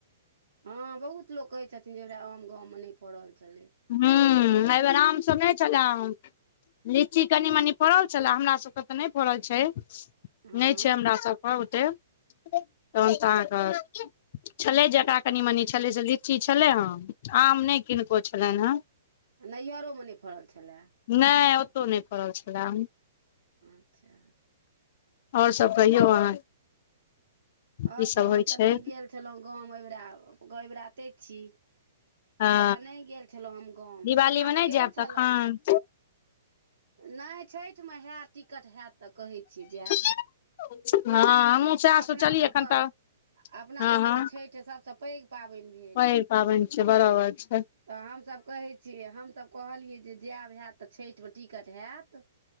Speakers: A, on the right; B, on the left.
A: हँ बहुत लोक कहै छथिन जे एहिबेरा आम गाँवमे नहि पड़ल छलै।
B: हॅं, एहि बेेर आम सभ नहि छले हन। लीची कनि-मनी फड़ल छलए हमरा सबके तऽ नहि फड़ल छै।
A: हँ
B: नहि छै हमरा सभके ओतेक तहन तऽ अहाँके छलै जेकरा कनि-मनि छलै से लीची छलै हन आम नहि किनको छलनिहेँ
A: नैहरोमे नहि फड़ल छलए?
B: नहि ओतहु नहि फड़ल छलए।
A: अच्छा
B: आओर सब कहियौ अहाँ? की
A: आओर सब हम
B: होइ
A: तऽ
B: छै
A: नहि गेल छलहुँ गाँव एहिबरा, एहिबेरा एतहि छी। एहिबेरा
B: हँ
A: नहि गेल छलहुँ हम गाँव
B: दिवाली
A: पोरका
B: मे नहि
A: तऽ गेल
B: जायब
A: छलहुँ
B: तखन
A: नहि छठिमे हैत, टिकट हैत तऽ कहै छियै जायब
B: हँ हमहूँ सएह
A: अपना
B: सोचलियै
A: सबके
B: एखन तऽ
A: अपना
B: हँ
A: सभके
B: हँ
A: तऽ छठि सभसँ पैघ पाबनि भेल।
B: पैघ पाबनि छै बराबर छै
A: तऽ हम सभ कहै छियै हम सभ कहलियै जे जायब हैत तऽ छठिमे टिकट हैत।